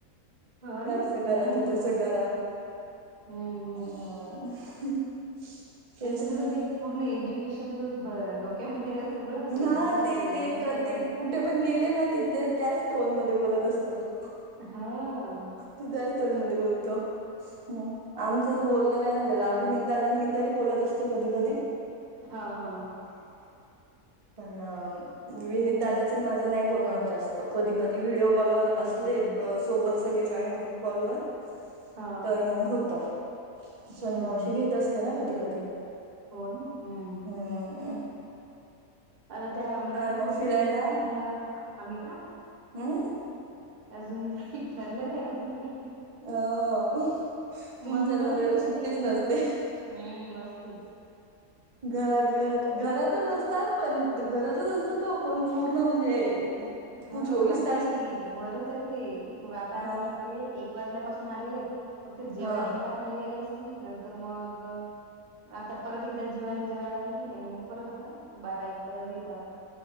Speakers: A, on the right (about 35°); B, on the right (about 65°).
A: हो
B: हे
A: ना
B: असं करा
A: हम्म
B: ते तसं करा.
A: हम्म
B: हं.... हम्म
A: त्यांच
B: तेच
A: कसं
B: ना
A: ते पूर्ण एज्युकेशन च भ-डोक्यामध्ये आहे ना सगळं एज्युकेशन-
B: हा ते
A: एज्युकेशन.
B: ते प्रत्येक कुठे पण गेले ना ति-तिथे त्याच टोन मध्ये बोलत असता तो.
A: हा...
B: तो त्याच टोनमध्ये बोलतो. हंम आमचं अजूंन बोलणं नाहीं झालेलं अभिनेदादा मी तरी बोलतं असतें कधीं कधीं.
A: हां.. हां
B: पणं विनित दादाचं माझं नाहीं बोलणं होतं जास्तं तरं कधीं -कधीं व्हिडिओ कॉलवर
A: हम्म
B: असले अ.. सोबतं सगळें जॉईंट ग्रुप कॉलवर तरं
A: हा
B: तरं मंग होतं सनीमांवशी
A: हम्म
B: घेतं असतें नां कधीं कधीं.
A: हो नं हंम..
B: हंम हंम.
A: आतां त्यां मले वाटतें
B: मग
A: कुठेतरी
B: फिरायला
A: टूर लां आम्हीं जा
B: हं..
A: अजूंन ठरलं नाहीं अजूंन.
B: अ तुमच्या
A: मंग
B: नवऱ्याला
A: म्हणतं होती
B: सुट्टीच
A: ती
B: नसते
A: हंम.. मस्तंच..
B: घरांत घरांत घरातचं असतांत पणं घरातचं असतं तो पणं पूर्ण म्हणजे
A: हां..
B: चोवीस
A: आतां
B: तास
A: हं.. वरचं आहे ते आतां
B: हा
A: मलां वाटतें एक एक वाजल्यांपासूंन आलेले आहेतं फक्तं जेवायले
B: हा
A: एकदां खांली आले असतीलं नंतर मंग.. गं आतां परंत एकदां जिवायंला जेवायलां. खांली आणि मंग परंत आतां बारा एक पर्यंत येतातं.